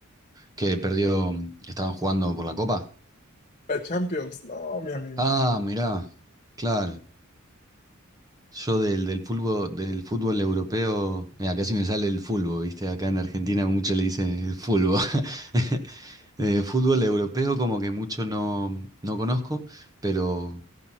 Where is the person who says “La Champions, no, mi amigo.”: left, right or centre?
Left